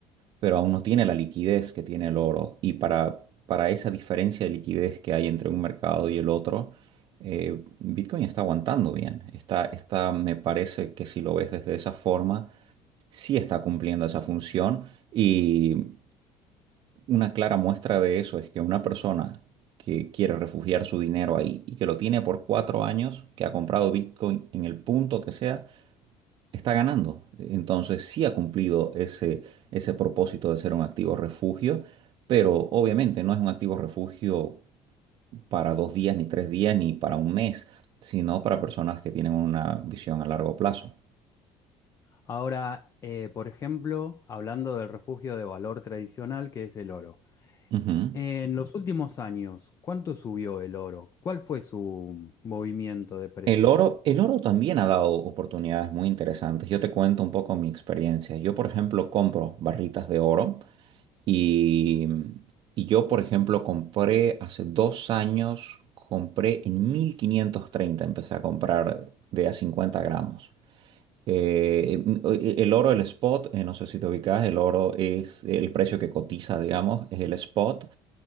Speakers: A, on the right (about 45°); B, on the left (about 30°).
A: pero aún no tiene la liquidez que tiene el oro. Y para, para esa diferencia de liquidez que hay entre un mercado y el otro, eh, Bitcoin está aguantando bien. Está, está, me parece que si lo ves desde esa forma, sí está cumpliendo esa función. Y una clara muestra de eso es que una persona que quiere refugiar su dinero ahí y que lo tiene por cuatro años, que ha comprado Bitcoin en el punto que sea, está ganando. Entonces sí ha cumplido ese, ese propósito de ser un activo refugio, pero obviamente no es un activo refugio para dos días, ni tres días, ni para un mes, sino para personas que tienen una visión a largo plazo.
B: Ahora, eh, por ejemplo, hablando del refugio de valor tradicional que es el oro.
A: Ujú.
B: En los últimos años, ¿cuánto subió el oro? ¿Cuál fue su movimiento de precio?
A: El oro, el oro también ha dado oportunidades muy interesantes. Yo te cuento un poco mi experiencia. Yo, por ejemplo, compro barritas de oro Y, y yo, por ejemplo, compré hace dos años, compré en mil quinientos treinta empecé a comprar de a 50 gramos. Eh, em, o- e- el oro, el spot, eh, no sé si te ubicas, el oro es el precio que cotiza, digamos, es el spot